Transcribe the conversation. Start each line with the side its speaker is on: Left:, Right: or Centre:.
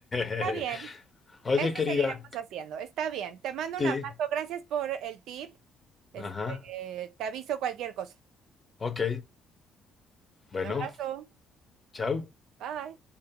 Right: Está
Left: <laughs>
Right: bien,
Left: Oye,
Right: eso
Left: querida,
Right: seguiremos haciendo, está bien. Te mando
Left: sí,
Right: un abrazo, gracias por el tip. Este,
Left: ajá,
Right: eh, te aviso cualquier cosa.
Left: ok, bueno.
Right: Un abrazo,
Left: chao
Right: bye.